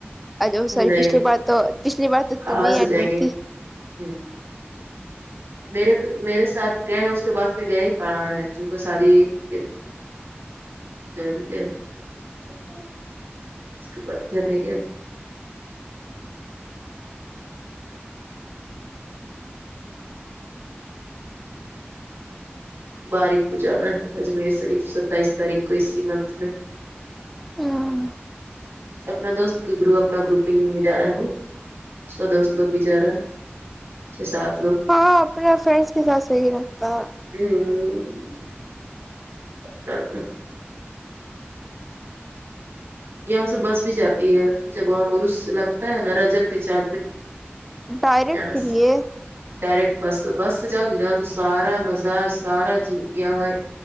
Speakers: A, in the centre; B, on the right.
A: ا
B: میں
A: سور
B: نہیں
A: پچھلی بار تو پچھلی بار تو
B: کہاں
A: تم ہی
B: سے
A: ایڈمٹ
B: جائیں گے
A: تھی
B: ہ میرے میرے ساتھ گئے ہیں اس کے بعد پھر گیا ہی کہاں ہے جو کو ساد کہ <unintelligible> مشکل بات ادھر نہیں گیا باریک کو جانا ہے اجمیر شریف ستائیس تاریخ کو اسی منتھ میں
A: ہاں
B: اپنا دوست کے گروپ اپنا گروپنگ میں جا رہا ہے وہ اس کا دوست لوگ بھی جا رہا ہے چھ سات لوگ
A: ہاں اپنا فرینڈس کے ساتھ صحیح رہتا ہے
B: ہمم <unintelligible> یہاں سے بس بھی جاتی ہے جب وہاں عرس سے لگتا ہے نا رجب کے چاند میں
A: ڈائریکٹ
B: یس
A: کے لیے
B: ڈائریکٹ بس بس سے جاؤ گی نا تو سارا مزار سارا چی یہاں